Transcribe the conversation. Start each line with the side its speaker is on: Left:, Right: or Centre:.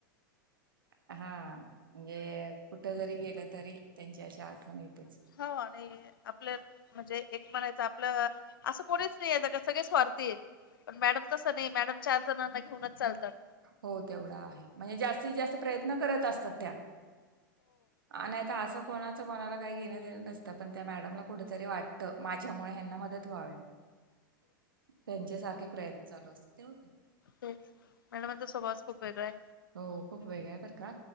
Right: हा... म्हणजे... म्हणजे कुठं जरी... गेलं तरी... त्यांची अशी आठवण येतेच.
Left: हो आणी आपलं... म्हणजे एक म्हणायचं आपलं... असं कोणीच नाई ए जगात... सगळे स्वार्थी हेत. पण मॅडम तसं नई... मॅडम चार जणांना घेऊनच चालतात.
Right: हो तेवढं आहे. म्हणजे जास्तीत जास्त प्रयत्न करत असतात त्या. नाय तर असं कोणाचं कोणाला काई घेणं देणं नसतं... पण त्या मॅडमला कुठं तरी वाटतं... माझ्यामुळे ह्यांना मदत व्हावी. त्यांच्या सारखे प्रयत्न चालू असतात तेव
Left: तेच मॅडमांचा स्वभावच खूप वेगळा आय.
Right: हो खूप वेगळा ये बर का